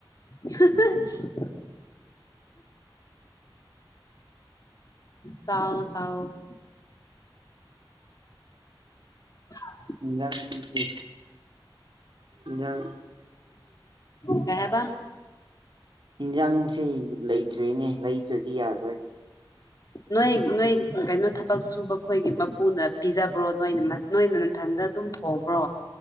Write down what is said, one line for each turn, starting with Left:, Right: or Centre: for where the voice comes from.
Left: ꯍꯥꯍꯥ ꯆꯥꯑꯣ ꯆꯥꯑꯣ ꯎ <inaudible>
Right: <inaudible> ꯏꯟꯖꯥꯡ
Left: ꯀꯩ ꯍꯥꯏꯕ
Right: ꯏꯟꯁꯥꯡꯁꯤ ꯂꯩꯇ꯭ꯔꯦꯅꯦ ꯂꯩꯗ꯭ꯔꯗꯤ ꯌꯥꯔꯣꯏ
Left: ꯅꯣꯏ ꯅꯣꯏ ꯀꯩꯅꯣ ꯊꯕꯛ ꯁꯨꯕ ꯈꯣꯏꯒꯤ ꯃꯄꯨꯅ ꯄꯤꯖꯕ꯭ꯔꯣ ꯅꯣꯏꯅ ꯅꯣꯏꯅ ꯅꯊꯟꯗ ꯑꯗꯨꯝ ꯊꯣꯡꯕ꯭ꯔꯣ